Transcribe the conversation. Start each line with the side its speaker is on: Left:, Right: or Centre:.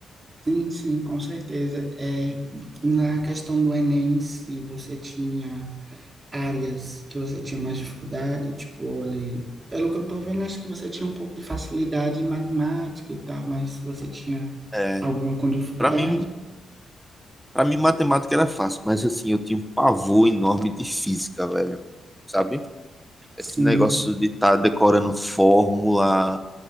Right: sim, sim, com certeza. É, na questão do Enem, se você tinha áreas que você tinha mais dificuldade, tipo, olha, pelo que eu tô vendo, acho que você tinha um pouco de facilidade em matemática e tal, mas você tinha
Centre: É,
Right: alguma com dificuldade?
Centre: para mim, Pra mim, matemática era fácil, mas assim, eu tinha um pavor enorme de física, velho. Sabe?
Right: Sim,
Centre: Esse negócio de estar decorando fórmula